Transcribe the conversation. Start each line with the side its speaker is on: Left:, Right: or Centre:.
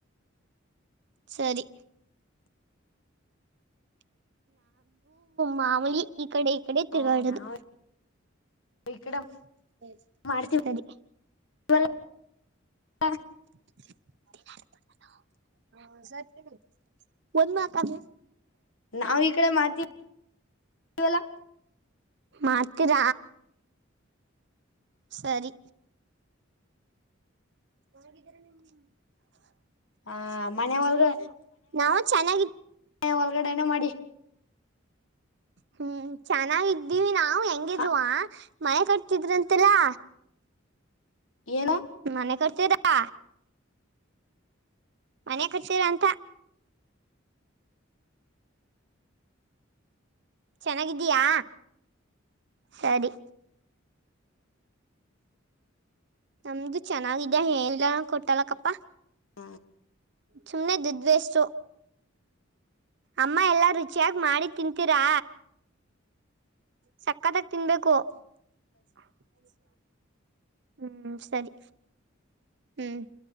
Right: ಸರಿ. <unintelligible> ಮಾಮೂಲಿ ಈ ಕಡೆ ಈ ಕಡೆ
Left: ಹ
Right: ತಿರುಗಾಡದು
Left: ನಾವು ಈ ಕಡೆ
Right: <unintelligible>
Left: ಮಾಡ್ತೀವಲ್ಲ
Right: ಸರಿ.
Left: <unintelligible>
Right: <unintelligible> ಒಂದು ಮಾತಾಡು.
Left: ನಾವ್ ಈ ಕಡೆ <unintelligible> ಅಲ್ಲ.
Right: ಮಾತ್ತ್ರ. ಸರಿ. ಚೆನ್ನಾಗಿದ್ದಾರ <unintelligible>
Left: ಆ
Right: ಚೆನ್ನಾಗಿದ್ದೀರಾ
Left: ಮನೆ ಒಳಗ
Right: ನೀವು ನಾವ್ ಚೆನ್ನಾಗಿ
Left: ಏ ಒಳಗಡೆ. ನೆ ಮಾಡಿ.
Right: ಹ್ಮ್ ಚೆನ್ನಾಗಿದ್ದೀವಿ ನಾ ಆ ಹೆಂಗಿದ್ರುವ
Left: ಹ
Right: ಮಳೆ ಕಟ್ತಿದ್ರಂತೆಲ್ಲಾ.
Left: ಏನೋ.
Right: ಮನೆ ಕಟ್ತೀರಾ. ಮನೆ ಕಟ್ತಿರಂತ. ಚೆನ್ನಾಗಿದ್ದೀಯಾ ಸರಿ ನಮ್ದು ಚೆನ್ನಾಗಿದೆ ಹೇಳ ಕೊಟ್ಟಲಕ್ಕಪ್ಪ.
Left: ಹ್ಮ
Right: ಸುಮ್ಮನೆ ದುದ್ ವೇಷ್ಟು ಅಮ್ಮ ಎಲ್ಲಾ ರುಚಿಯಾಗಿ ಮಾಡಿ ತಿಂತೀರಾ. ಸಕ್ಕತ್ತಾಗ ತಿನ್ಬೇಕು. <inaudible> ಹ್ಮ್ ಹ್ಮ್ ಸರಿ ಹ್ಮ್